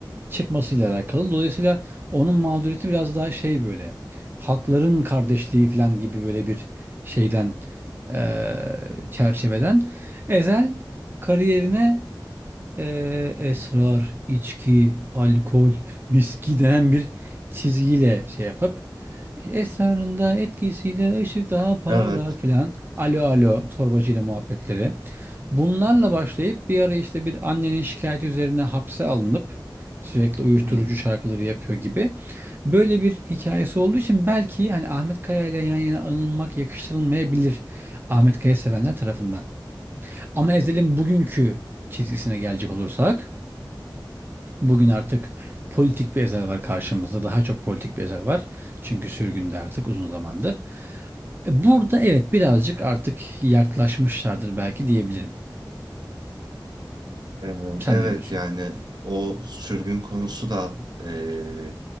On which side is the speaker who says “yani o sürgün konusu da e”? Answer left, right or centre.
Right